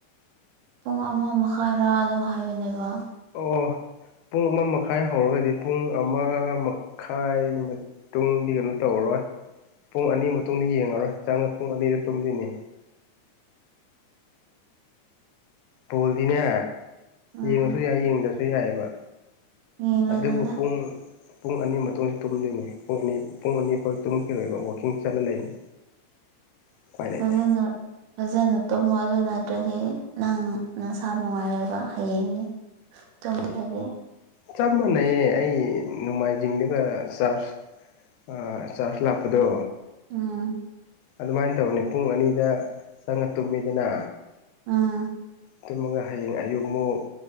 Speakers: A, on the right; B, on the left.
A: ꯄꯨꯡ ꯑꯃ ꯃꯈꯥꯏꯔꯥ ꯑꯗꯨ ꯍꯥꯏꯕꯅꯦꯕ
B: ꯑꯣ ꯄꯨꯡ ꯑꯃ ꯃꯈꯥꯏ ꯍꯧꯔꯒꯗꯤ ꯄꯨꯡ ꯑꯃ ꯃꯛ ꯈꯥꯏ ꯃꯇꯨꯡꯗꯤ ꯀꯩꯅꯣ ꯇꯧꯔꯣꯏ ꯄꯨꯡ ꯑꯅꯤ ꯃꯇꯨꯡꯗ ꯌꯦꯡꯉꯔꯣꯏ ꯆꯪꯉ ꯄꯨꯡ ꯑꯅꯤꯗ ꯇꯨꯝꯗꯨꯏꯅꯦ ꯕꯣꯜꯗꯤꯅꯦ
A: ꯎꯝ
B: ꯌꯦꯡꯉꯁꯨ ꯌꯥꯏ ꯌꯦꯡꯗꯁꯨ ꯌꯥꯏꯌꯦꯕ
A: ꯌꯦꯡꯂꯅꯨꯗ
B: ꯑꯗꯨꯕꯨ ꯄꯨꯡ ꯄꯨꯡ ꯑꯅꯤ ꯇꯨꯝꯗꯣꯏꯅꯦ ꯄꯨꯡ ꯑꯅꯤ ꯄꯨꯡ ꯑꯅꯤ ꯐꯥꯎ ꯇꯨꯝꯈꯤꯔꯣꯏꯕ ꯋꯥꯛꯀꯤꯡ ꯆꯠꯂ ꯂꯩꯅꯤ ꯎꯄꯥꯏ ꯂꯩꯇꯦ
A: ꯐꯖꯅ ꯐꯖꯅ ꯇꯨꯝꯃꯣ ꯑꯗꯨ ꯅꯠꯇ꯭ꯔꯗꯤ ꯅꯪ ꯅꯁꯥ ꯅꯨꯡꯉꯥꯏꯔꯣꯏꯕ ꯍꯌꯦꯡꯅꯤ ꯇꯨꯝꯈꯔ꯭ꯗꯤ
B: ꯆꯞ ꯃꯥꯟꯅꯩꯌꯦ ꯑꯩ ꯅꯣꯡꯃꯥꯏꯖꯤꯡꯗꯨꯒ ꯆꯥꯔꯆ ꯑ ꯆꯥꯔꯖ ꯂꯥꯛꯄꯗꯣ
A: ꯎꯝ
B: ꯑꯗꯨꯃꯥꯏꯅ ꯇꯧꯅꯤ ꯄꯨꯡ ꯑꯅꯤꯗ ꯆꯪꯉ ꯇꯨꯝꯃꯤꯗꯅ
A: ꯑꯥ
B: ꯇꯨꯝꯃꯒ ꯍꯌꯦꯡ ꯑꯌꯨꯛꯃꯨꯛ